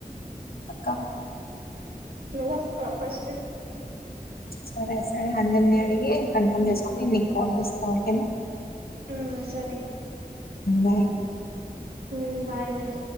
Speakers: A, on the left (about 80°); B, on the right (about 85°).
A: అక్కా
B: నువ్వు వస్తావా ఫస్ట్
A: సరే అందరిని అడిగి కన్ఫర్మ్ చేసుకొని నీకు కాల్ చేస్తా ఓకేనా
B: ఆ సరే
A: బాయ్
B: హ బాయ్ మరి